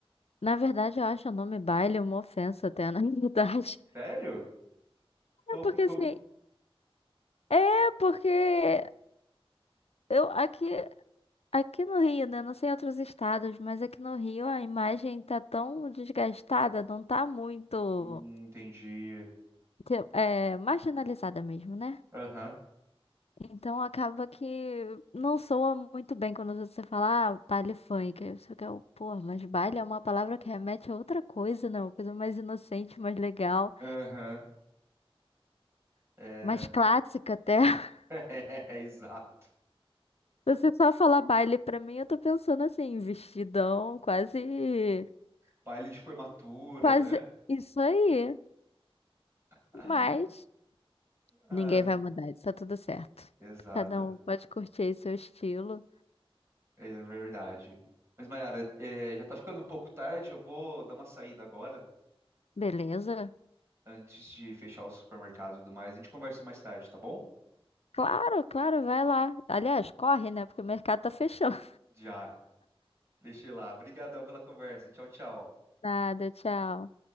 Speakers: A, on the left; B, on the right.
A: Na verdade, eu acho o nome baile uma ofensa até, na <laughs> verdade.
B: Sério? Qual-
A: É porque
B: como-
A: assim, é porque eu aqui, aqui no Rio, né? Não sei em outros estados, mas aqui no Rio a imagem tá tão desgastada, não tá muito,
B: Hum, entendi.
A: tipo, é, marginalizada mesmo, né?
B: Aham,
A: Então acaba que não soa muito bem quando você fala, ah, baile funk. Aí você fica, pô, mas baile é uma palavra que remete a outra coisa, não? Uma coisa mais inocente, mais legal,
B: aham. É,
A: mais clássica até. <laughs>
B: <laughs> é, exato.
A: Você só falar baile pra mim, eu tô pensando assim, vestidão, quase,
B: baile de formatura,
A: quase
B: né?
A: isso aí.
B: Ah,
A: Mas
B: ah,
A: ninguém vai mudar, isso tá tudo certo.
B: exato,
A: Cada um pode curtir aí seu estilo,
B: é verdade. Mas, Mayara, é, já tá ficando um pouco tarde, eu vou dar uma saída agora,
A: beleza?
B: antes de fechar o supermercado e tudo mais. A gente conversa mais tarde, tá bom?
A: Claro, claro, vai lá. Aliás, corre, né? Porque o mercado tá fechando.
B: Já, deixei lá. Obrigadão pela conversa. Tchau, tchau.
A: Nada, tchau.